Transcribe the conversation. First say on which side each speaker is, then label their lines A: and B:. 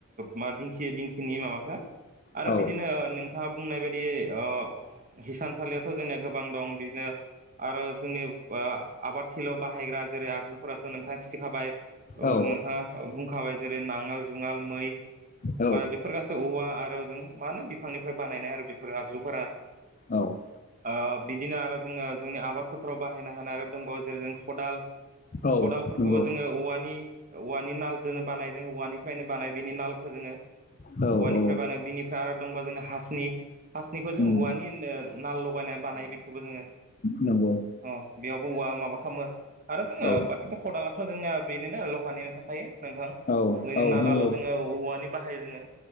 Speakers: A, on the right; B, on the left.
A: मा दिंखिया दिंखिनि माबाखो आरो
B: औ
A: बिदिनो नोंथाङा बुंनाय बायदि बि ओ हिसानसालियाथ' जोंनिया गोबां दं बिदिनो आरो जोंनि ओ आबाद थिलियाव' बाहायग्रा जेरै आगजुफोराथ' नोंथाङा खिनथाखाबाय
B: औ
A: नोंथाङा बुंखाबाय जेरै नाङोल जुङाल मै
B: औ
A: बेफोर गासै औवा आरो जों मा होनो बिफांनिफ्राय बानायनाय आरो बेफोरो आगजुफोरा
B: औ
A: ओ बिदिनो आरो जोङो जोंनि आबाद फोथाराव बाहायनो हानाय आरो दंबावो जेरै खदाल।
B: औ
A: खदालफोरखौबो
B: नंगौ
A: जोङो औवानि औवानि नाल जो बानाय‌ औवानि निफ्रायनो बानाय बिनि नालखौ जोङो
B: औ
A: औवानिफ्राय
B: औ
A: बानो बिनिफ्राय आरो दंबावो जोंना हासनि। हासनिखौ जों
B: उम
A: औवानिनो नाल लगायनानै बानायो बेखौबो जोङो।
B: नंगौ
A: अ बेयावबो औवा माबा खामो। आरो जोङो
B: औ
A: बाखिथ' खदालाथ' जोंनाया बेनिनो लहानिनो थाखायो। नोंथां
B: औ
A: जोंनि
B: औ
A: नालाल'
B: नंगौ
A: जोङो औवानि बाहायो जोङो।